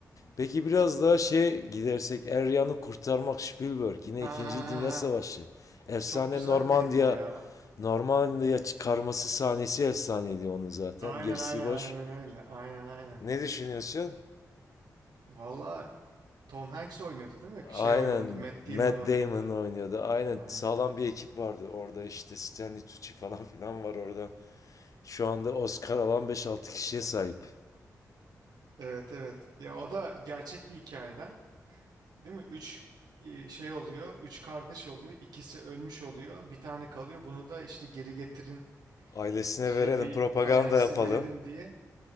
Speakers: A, on the left (about 55°); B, on the right (about 75°).
A: Peki biraz daha şey gidersek Eryan'ı kurtarmak Spielberg yine
B: Ha
A: ikinci
B: ha
A: Dünya
B: ha ha.
A: Savaşı. Efsane
B: Çok güzel
A: Normandiya
B: filmdi ya.
A: Normandiya çıkarması sahnesi efsaneydi onun zaten.
B: Aynen
A: Gerisi
B: aynen
A: boş.
B: aynen öyle. Aynen aynen.
A: Ne düşünüyorsun?
B: Valla Tom Hanks oynuyordu değil mi?
A: Aynen
B: Şey oynuyordu. Matt Damon
A: Matt
B: oynuyordu.
A: Damon oynuyordu. Aynen
B: Aynen.
A: sağlam bir ekip vardı orada işte Stanley Tucci falan filan var orada. Şu anda Oscar alan beş altı kişiye sahip.
B: Evet evet. Ya o da gerçek bir hikayeden. Değil mi? Üç e, şey oluyor. Üç kardeş oluyor. İkisi ölmüş oluyor. Bir tane kalıyor. Bunu da işte geri getirin.
A: Ailesine
B: Şey
A: verelim
B: bir
A: propaganda
B: aynen size
A: yapalım.
B: verelim diye